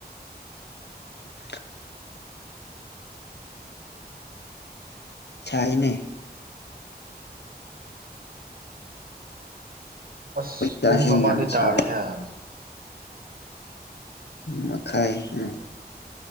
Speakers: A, on the left; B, on the right.
A: <inaudible> ꯁꯥꯏꯅꯦ
B: ꯑꯁ
A: ꯀꯥꯁꯦ
B: ꯄꯨꯡ ꯑꯃꯗꯤ
A: ꯌꯥꯝ
B: ꯇꯥꯔꯦ
A: ꯁꯥꯕ
B: ꯍꯥꯏ
A: ꯃꯈꯥꯏ ꯎꯝ